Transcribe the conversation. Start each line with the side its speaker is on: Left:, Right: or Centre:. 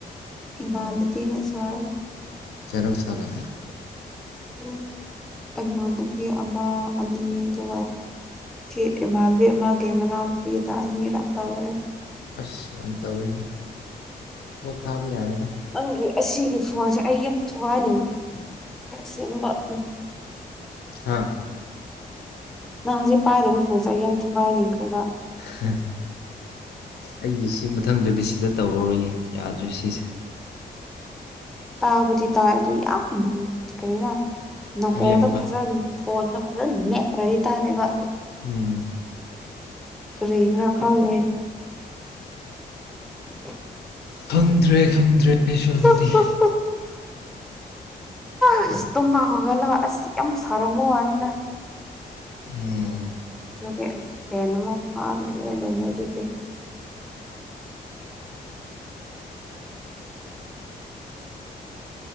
Centre: ꯏꯃꯥꯅꯕꯤꯒꯥ ꯁꯥꯏ
Left: ꯀꯌꯥꯔꯛ ꯁꯥꯔꯦ
Centre: ꯎꯝ ꯑꯃ ꯅꯨꯄꯤ ꯑꯃ ꯑꯅꯤ ꯗꯨꯒꯥ ꯁꯤ ꯏꯃꯥꯟꯕꯤ ꯑꯃꯒꯦ ꯃꯅꯥꯎꯅꯨꯄꯤꯗꯥ ꯑꯅꯤꯔꯛ ꯇꯥꯎꯔꯦ
Left: ꯑꯁ ꯌꯥꯝ ꯇꯧꯔꯦꯅ ꯄꯣꯠ ꯊꯥꯕ ꯌꯥꯔꯦꯗꯥ
Centre: ꯅꯪꯒꯤ ꯑꯁꯤꯒꯤ ꯐꯣꯟꯁꯦ ꯑꯩ ꯌꯥꯝ ꯊꯨꯒꯥꯏꯅꯤꯡ <inaudible> ꯑꯁꯦꯡꯕ ꯎꯝ <inaudible>
Left: ꯍꯥꯥ
Centre: ꯅꯪ ꯍꯧꯖꯤꯛ ꯄꯥꯏꯔꯤꯕ ꯐꯣꯟꯁꯦ ꯑꯩ ꯌꯥꯝ ꯊꯨꯒꯥꯏꯅꯤꯡꯈ꯭ꯔꯥꯕ
Left: ꯍꯥ ꯑꯩꯒꯤ ꯁꯤ ꯃꯊꯪꯗꯗꯤ ꯁꯤꯗꯥ ꯇꯧꯔꯔꯣꯏꯌꯦ ꯌꯥꯗ꯭ꯔꯦ ꯁꯤꯁꯦ
Centre: ꯇꯥꯕꯗꯤ ꯇꯥꯏ ꯑꯗꯨ ꯌꯥꯝ ꯀꯔꯤꯔꯥ ꯅꯀꯣꯡꯗꯥ
Left: ꯂꯦꯝꯕ
Centre: ꯐꯖꯟ ꯐꯣꯟꯅ ꯐꯖꯟ ꯃꯦꯠꯇ꯭ꯔꯥꯗꯤ ꯇꯥꯗꯦꯕ
Left: ꯎꯝ
Centre: ꯀꯔꯤꯒꯤꯔꯥ ꯈꯪꯅꯦ <inaudible>
Left: ꯈꯪꯗ꯭ꯔꯦ ꯈꯪꯗ꯭ꯔꯦ
Centre: <unintelligible>
Left: ꯑꯩꯁꯨ ꯑꯗꯨꯗꯤ
Centre: ꯑꯁ ꯇꯨꯝꯕ ꯍꯧꯒꯜꯂꯣ ꯑꯁ ꯌꯥꯝ ꯁꯥꯔꯝꯃꯣ ꯋꯥꯅꯤꯅ
Left: ꯎꯝ
Centre: ꯅꯣꯀꯦ ꯑꯁ ꯐꯦꯟ ꯑꯃ ꯐꯔꯒꯦ ꯑꯦꯅꯦꯃꯦꯖꯤꯇꯤ